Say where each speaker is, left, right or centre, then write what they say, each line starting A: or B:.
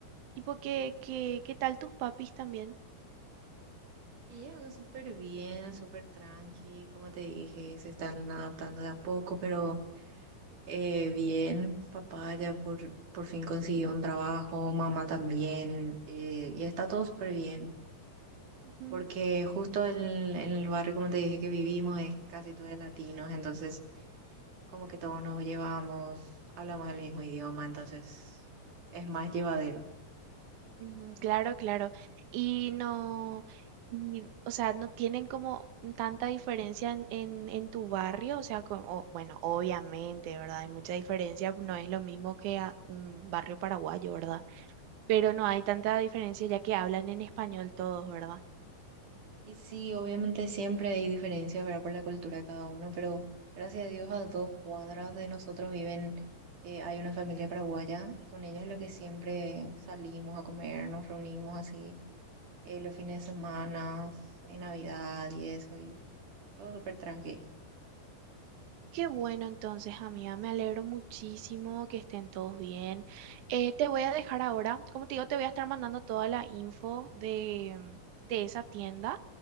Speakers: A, on the right; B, on the right.
A: tipo, qué, qué, qué tal tus papis también?
B: Y ella acá súper bien, súper tranqui, como te dije, se están adaptando de a poco, pero eh, bien, papá ya por, por fin consiguió un trabajo, mamá también, eh, y está todo súper bien,
A: Ujú.
B: porque justo en, en el barrio, como te dije, que vivimos es casi todo de latinos, entonces como que todos nos llevamos, hablamos el mismo idioma, entonces es más llevadero.
A: Ujú, Claro, claro. Y no, y, o sea, no tienen como tanta diferencia en, en, en tu barrio, o sea, co- o- bueno, obviamente, ¿verdad? Hay mucha diferencia, no es lo mismo que a un barrio paraguayo, ¿verdad? Pero no hay tanta diferencia ya que hablan en español todos, ¿verdad?
B: Y sí, obviamente siempre hay diferencias, ¿verdad? Por la cultura de cada uno, pero gracias a Dios a dos cuadras de nosotros viven, eh, hay una familia paraguaya y con ellos es lo que siempre salimos a comer, nos reunimos así eh, los fines de semana, en Navidad y eso, y todo súper tranqui.
A: Qué bueno, entonces, amiga, me alegro muchísimo que estén todos bien. Eh, te voy a dejar ahora, como te digo, te voy a estar mandando toda la info de, de esa tienda.